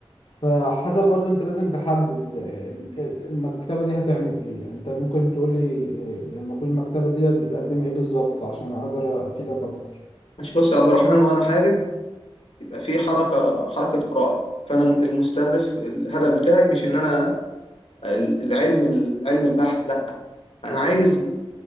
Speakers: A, on the left; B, on the left.
A: فحسب برضو أنت لازم تحدد ال- ال- المكتبة دي هتعمل إيه يعني أنت ممكن تقولي إيه، يعني المفروض المكتبة دي بتقدم إيه بالظبط عشان أقدر أفيدك أكتر.
B: ماشي بص يا عبد الرحمن وانا حابب يبقى في حركة حركة قراءة فانا المستهدف الهدف بتاعي مش ان انا العلم العلم البحت لا انا عايز